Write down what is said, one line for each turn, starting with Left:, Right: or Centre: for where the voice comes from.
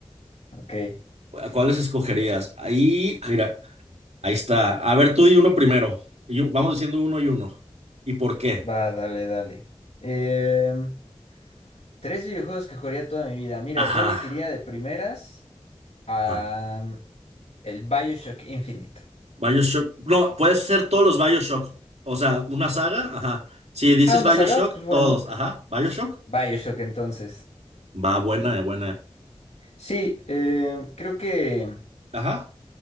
Left: Ok.
Right: ¿A cuáles escogerías? Ahí, mira. Ahí está. A ver, tú y uno primero. Y un- vamos diciendo uno y uno. ¿Y por qué?
Left: Va, dale, dale. Em, tres videojuegos que jugaría toda mi vida. Mira,
Right: Ajá,
Left: yo elegiría de primeras am,
Right: ajá.
Left: el Bioshock Infinite.
Right: BioShock. No, puedes ser todos los BioShock. O sea, una saga, ajá. Si dices
Left: Ah, una
Right: BioShock,
Left: saga, pues bueno.
Right: todos, ajá. ¿BioShock?
Left: Bioshock entonces.
Right: Va, buena, eh, buena.
Left: Sí, eh, creo que
Right: Ajá.